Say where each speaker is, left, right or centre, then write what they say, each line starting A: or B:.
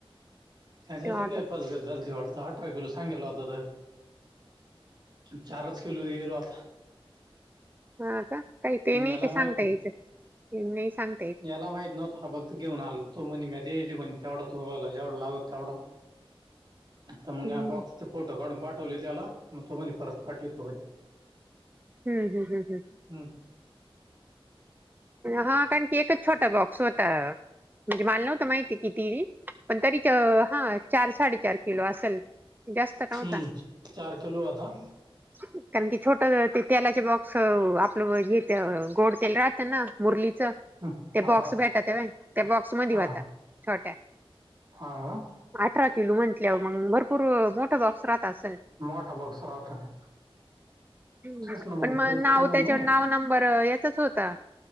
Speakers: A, on the right; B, on the right.
A: त्याच्यात
B: तेव्हा ऑटो
A: काय फसगत झालती वाटत आत अरा केलो सांगल आता चारच केलो येलो आता
B: हा का काही ते नाही
A: याला
B: का
A: माहित
B: सांगता
A: ना
B: याच नाही सांग
A: याला माहीत नव्हतताा बघ घेऊन आल तो म्हण मध्येले म्हण तेवढा तूला जेवढा लागत तेवढा तर मग
B: हम्म
A: या बॉक्सचे फोटो काढून पाठवले त्याला मग तो म्हणे परत पाठवेतो म्ह
B: हम् हम् हम् हम
A: हम्म
B: हा कारण की एक छोटा बॉक्स होता म्हणजे माल नव्हत माहिती किती पण तरी हा चार साडेचार किलो असेल जास्त नव्हता
A: हम्म चार किलो आता
B: कारण की छोट ते तेलाचे बॉक्स आपलं येत गोड तेल राह. त्यांना मुरलीचं
A: हा
B: ते बॉक्स
A: हा
B: भेटतव त्या बॉक्स मध्ये
A: हा
B: होता छोट्या
A: हा का
B: अठरा किलो म्हटल्यावर मग भरपूर मोठं बॉक्स राहत असेल.
A: मोठा बॉक्स राहत ना.
B: ह्
A: तेच ना
B: पण मग
A: तेच
B: नाव
A: तो म्हणे
B: त्याच्यावर नाव नंबर याचाच होता